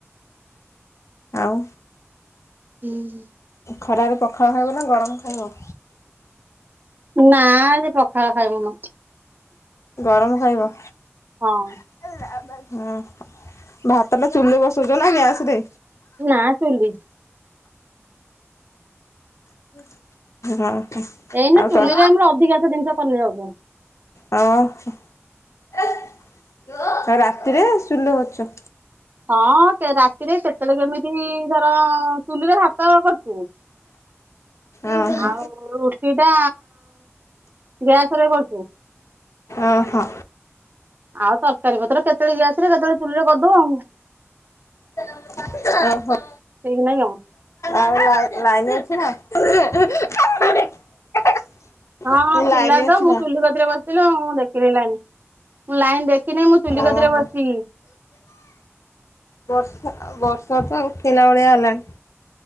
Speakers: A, on the left; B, on the right.
A: ଆଉ?
B: ହୁଁ
A: ଖରାରୁ ପଖାଳ ଖାଇବ ନା ଗରମ ଖାଇବ?
B: ନାଁ ସେ ପଖାଳ ଖାଇମୁନୁ।
A: ଗରମ ଖାଇବ?
B: ହଁ।
A: <inaudible> ହଁ ଭାତଟା ଚୁଲିରେ ବସଉଚ ନା ଗ୍ୟାସରେ?
B: ନାଁ ଚୁଲି।
A: <inaudible>
B: ଏଇନା ଚୁଲିରେ
A: ତର
B: ଆମର ଅଧିକାଂଶ ଜିନିଷ କରି ନେଇ ଯାଉଚୁ।
A: ଆଉ <unintelligible> ରାତିରେ ଚୁଲିରେ କରୁଚ?
B: ହଁ କେରା ରାତିରେ କେତଳେ କେମିତି ଧର ଚୁଲିରେ ଭାତ କରୁଚୁ।
A: ଓହୋ
B: ଆଉ ରୁଟିଟା ଗ୍ୟାସରେ କରଚୁ।
A: ଓହୋ?
B: ଆଉ ତରକାରୀ ପତ୍ର କେତେଳେ ଗ୍ୟାସରେ କେତଳେ ଚୁଲିରେ କରିଦଉ ଆଉ।
A: <unintelligible> ଓହୋ।
B: ସେଇଥିନାଗି ଆଉ
A: ଆଉ ଲାଇ ଲାଇନ ଅଛି ନା? <unintelligible>
B: ହଁ
A: ଏ ଲାଇନ
B: ଥିଲା ତ
A: ଅଛି
B: ମୁଁ
A: ନା
B: ଚୁଲି କ ତିରେ ବସିଥିଲ ମୁଁ ଦେଖିନି ଲାଇନ, ମୁଁ ଲାଇନ ଦେଖିନେହିଁ ମୁଁ ଚୁଲିିକତିରେ
A: ଓହୋ।
B: ବସିଚି।
A: ବର୍ଷା ତ, ବର୍ଷା ତ ଉଠେଇଲା ଭଳିଆ ହେଲାଣି।